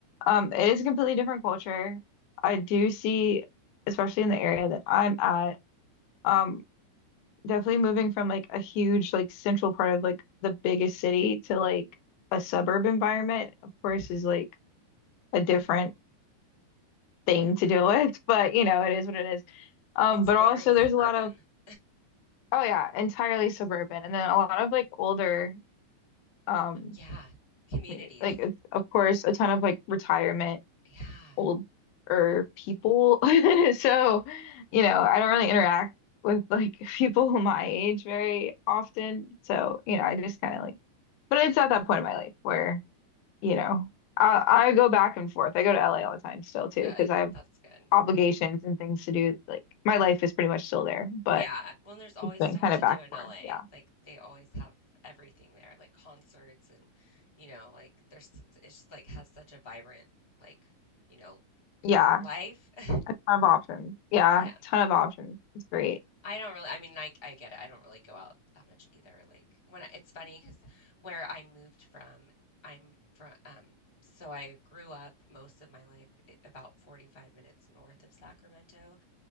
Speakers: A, on the left; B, on the left.
A: um, it is a completely different culture. I do see, especially in the area that I'm at, um, definitely moving from like a huge like central part of like the biggest city to like a suburb environment, of course,
B: yeah,
A: is like a different
B: yeah.
A: thing to deal with, <laughs> but you know, it is what it is. Um,
B: It's
A: but
B: very
A: also
B: suburban.
A: there's a lot of
B: <laughs>
A: oh yeah, entirely suburban and then a lot of like older um
B: Yeah, communities.
A: community. Like it's of course a ton of like retirement
B: Yeah,
A: older people. <laughs> So,
B: yeah.
A: you know, I don't really interact with like <laughs> people my age very often. So, you know, I just kind of like But it's at that point in my life where, you know, I, I go back and forth. I go to LA all the time still too,
B: Good.
A: because I have
B: That's good.
A: obligations and things to do. Like my life is pretty much still there, but
B: Yeah. Well, there's always
A: it's been
B: stuff
A: kind
B: to
A: of back
B: do in
A: and
B: LA.
A: forth. Yeah.
B: Like they always have everything there, like concerts and you know, like there's it's just like has such a vibrant like, you know,
A: Yeah.
B: life. <laughs>
A: A ton of options. Yeah.
B: Yeah.
A: Ton of options. It's great. <laughs>
B: I don't really I mean, I I get it. I don't really go out that much either. Like, when I it's funny because where I moved from, I'm from um, so I grew up most of my life i about 45 minutes north of Sacramento,